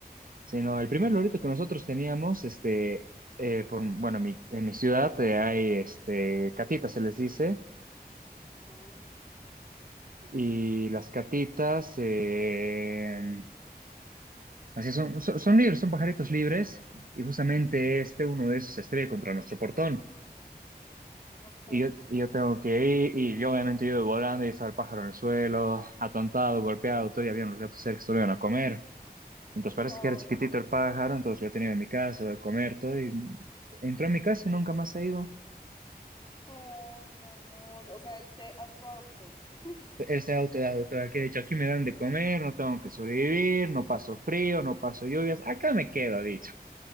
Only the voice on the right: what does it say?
Sino el primer lorito que nosotros teníamos, este, eh, por- bueno, mi- en mi ciudad eh, hay este, catitas, se les dice,
y las catitas, eh, así son, son, son libres, son pajaritos libres, y justamente este, uno de esos, se estrella contra nuestro portón.
Y yo, y yo tengo que ir, y yo obviamente yo volando, y estaba el pájaro en el suelo, atontado, golpeado, todavía había unos gatos cerca que se lo iban a comer. Entonces parece
que era chiquitito
el pájaro, entonces lo tenía en mi casa, a comer todo, y entró a mi casa y nunca más ha ido.
él se ha autodidacta, que de hecho aquí me dan de comer, no tengo que sobrevivir, no paso frío, no paso lluvias, acá me quedo, ha dicho.